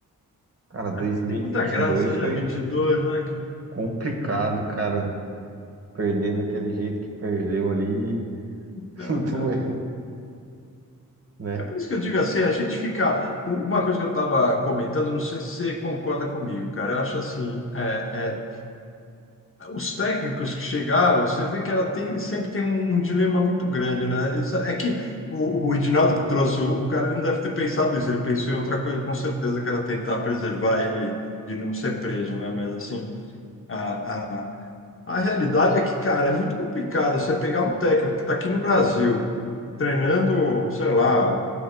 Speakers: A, on the right; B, on the left.
A: cara, 2022
B: Ali tem muita graça,
A: foi
B: né? 22, né, cara?
A: complicado, cara, perder daquele jeito que perdeu ali, <laughs>
B: Não, cara.
A: doeu, né?
B: É por isso que eu digo assim, a gente fica. u- Uma coisa que eu estava comentando, não sei se você concorda comigo, cara. Eu acho assim, é, é, os técnicos que chegaram, você vê que ela tem, sempre tem um, um dilema muito grande, né? Isso, é que o, o Edinaldo que trouxe o, o cara ele não deve ter pensado isso, ele pensou em outra coisa, com certeza, que era tentar preservar ele de não ser preso, né? Mas assim, a, a- a realidade é que, cara, é muito complicado você pegar um técnico que está aqui no Brasil, treinando, sei lá,